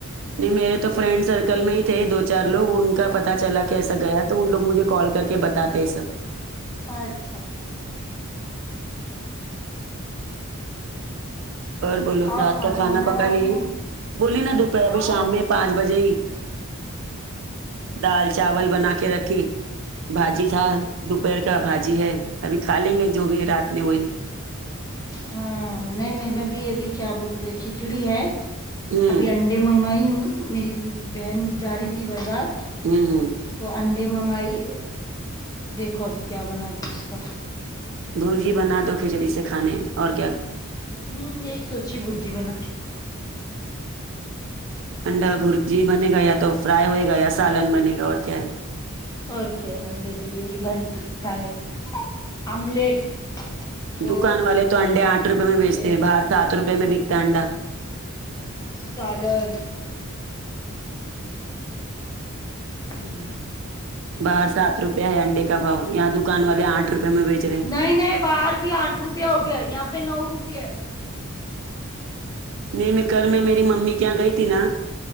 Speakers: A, on the right; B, on the left.
A: نہیں میرے تو فرینڈ سرکل میں ہی تھے دو چار لوگ ان کا پتہ چلا کیسا گیا تو ان لوگ مجھے کال کر کے بتاتے ہے سب
B: اچھا اچھا اچھا
A: اور بولو
B: اور
A: رات کا کھانا
B: بنایا
A: پکا
B: آپ
A: لیے
B: نے
A: بولی نا دوپہر
B: ہاں
A: ابھی شام
B: وہی
A: میں پانچ بجے ہی دال چاول بنا کے رکھی بھاجی کھا
B: اچھا اچھا
A: دوپہر کا بھاجی ہے ابھی کھا لیں گے جو بھی ہے رات میں وہی
B: ہمم نہیں میرا بھی ابھی کیا بولتے کھچڑی ہے
A: ہوں
B: ابھی انڈے منگائی ہوں میری بہن جا رہی تھی بازار
A: ہمم ہمم
B: تو انڈے منگائی دیکھو ابھی کیا بناتے اس کا
A: برجی بنا دو کھچڑی سے کھانے اور کیا
B: ہمم یہی سوچی برجی بنا تی ہوں
A: انڈا برجی بنگا یا تو فرائی ہوئے گا یا سالن بنے گا اور کیا ہے
B: اور کیا انڈے سے یہی بن سکتا ہے آملیٹ وہ
A: دکان والے تو انڈے آٹ روپئے
B: نہیں
A: میں
B: تو
A: بیچتے
B: یہ
A: ہیں باہر تو آٹ روپئے میں
B: برجی
A: بکتا ہے انڈا
B: سالن ہمم
A: باہر سات روپئے ہے انڈے کا بھاؤ یہاں دکان والے آٹھ روپیے میں بیچ رہے ہیں
B: نہیں نہیں باہر بھی آٹ روپیہ ہو گیا ہے یہاں پے نو روپیہ ہے
A: نہیں میں کل میں میری ممی کے یہاں گئی تھی نا